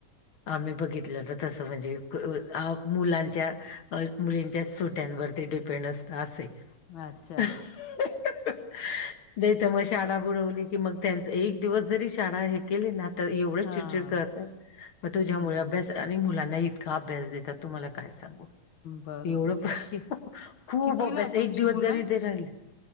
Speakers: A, on the left (about 45°); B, on the left (about 85°).
A: आम्ही बघितलं तर तसं म्हणजे, कु अ मुलांच्या अ मुलींच्या सुट्यांवरती डीप डीपेंड असत, असंय.
B: अच्छा.
A: <unintelligible> नाही त मग शाडा बुडवले की मग त्यांच. एक दिवस जरी, शाळा हे केले ना त तर एवढं
B: हां.
A: चिडचिड करतात. मग तुझ्यामुळे
B: हं.
A: अभ्यासात आणि मुलांना इतका अभ्यास देतात. तुम्हाला काय सांगू?
B: बरोबर
A: एवढं
B: आहे.
A: प <unintelligible>
B: कि
A: खूप
B: कितवीला
A: अभ्यास.
B: आहे तुमची
A: एक दिवस
B: मुलं?
A: जरी ते राहिले